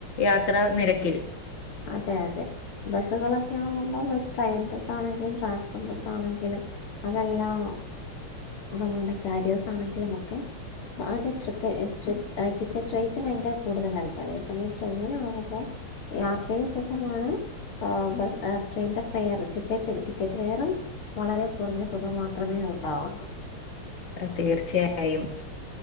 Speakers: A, on the left (about 30°); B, on the left (about 80°).
A: യാത്ര നിരക്കിൽ.
B: അതെ അതെ ബസ്സുകളൊക്കെ ആമ്പോ ബസ്സ് ട്രയ്ൻ ബസ്സാണെങ്കിലും ട്രാൻസ്പോർട്ട് ബസ്സാണെങ്കിലും. അതെല്ലാം നമ്മെളുടെ ക്യാരിയാസ് ആണെങ്കിലും ഒക്കെ. അതിന്റെ ട്രിക്ക് ട്രി ടിക്കറ്റ് റേറ്റ് ഭയങ്കര കൂടുതലായിരിക്കും. അതേസമയം ട്രെയിനാകുമ്പോൾ. യാ ത്രയും സുഖമാണ്. ബസ് ട്രെയിന്റെ ഫെയറ് ടിക്കറ്റ്, ടിക്കറ്റ് ഫെയറും വളരെ കുറഞ്ഞ തുക മാത്രമേ ഉണ്ടാവുന്നുള്ളൂ.
A: അത് തീർച്ചയായും.